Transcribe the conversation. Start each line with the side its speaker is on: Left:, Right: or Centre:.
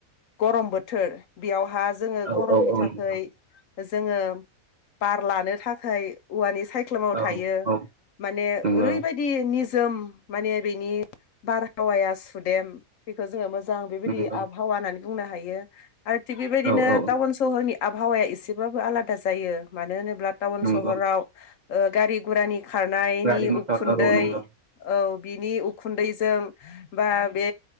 Left: गरम बोथोर बेयाव जोंओ
Right: औ
Left: गरमनि
Right: औ औ
Left: थाखाय
Right: नंगौ
Left: जोङो बार लानो थाखाय औवानि सायख्लुमाव
Right: औ
Left: थायो
Right: औ
Left: माने
Right: नंगौ
Left: ओरैबायदि निजोम माने बेनि बारहावाया सुदेम बेखौ मोजां बेबायदि
Right: नंगौ
Left: आबहावा होननानै बुंनो हायो आरो थिग बेबायदिनो
Right: औ औ
Left: टाउन सहरनि आबहावाया एसेबाबबो आलादा जायो मानो होनोब्ला अब्ला थावओन
Right: नंगौ
Left: सहराव ओं गारि -गुरानि खारनायनि
Right: गारि मथर
Left: उखुन्दै
Right: औ नंगौ
Left: औ बिनि उखुन्दै जों बा बे